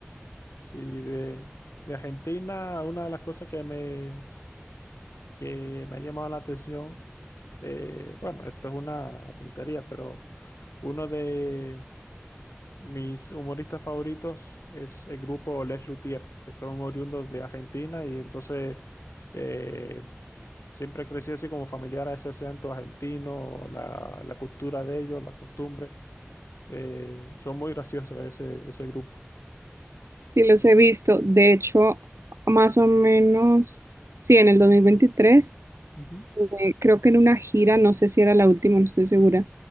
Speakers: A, on the left; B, on the right.
A: Sí, de, de Argentina, una de las cosas que me, que me ha llamado la atención, eh, bueno, esto es una tontería, pero uno de, Mis humoristas favoritos es el grupo Les Luthiers, que son oriundos de Argentina y entonces eh, siempre crecí así como familiar a ese acento argentino, la, la cultura de ellos, la costumbre. Eh, son muy graciosos ese, ese grupo.
B: Y los he visto. De hecho, más o menos, sí, en el 2023,
A: Ujú.
B: eh, creo que en una gira, no sé si era la última, no estoy segura,